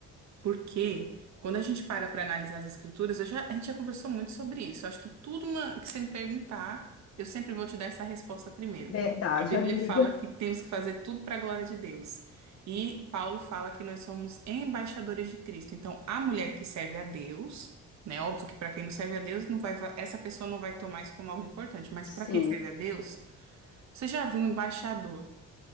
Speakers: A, on the right (about 65°); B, on the left (about 50°).
A: Porque quando a gente para para analisar as escrituras, eu já- a gente já conversou muito sobre isso. Eu acho que tudo uma- que você me perguntar, eu sempre vou te dar essa resposta primeiro.
B: Verdade,
A: A Bíblia
B: amiga.
A: fala que temos que fazer tudo para a glória de Deus. E Paulo fala que nós somos embaixadores de Cristo. Então, a mulher que serve a Deus, né? Óbvio que para quem não serve a Deus, não vai, va- essa pessoa não vai tomar isso como algo importante, mas
B: Sim,
A: para quem serve a Deus, você já viu um embaixador?